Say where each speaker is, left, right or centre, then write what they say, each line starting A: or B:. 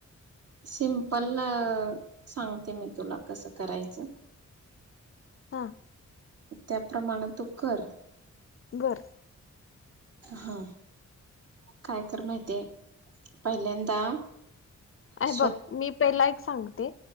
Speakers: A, on the right; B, on the left.
A: सिमपल अ सांगते मी तुला कसं करायचं
B: हा
A: त्याप्रमाण तू कर
B: घर
A: हा काय कर माहितीय पहिल्यांदा
B: अ
A: स्व
B: बघ मी पहिला एक सांगते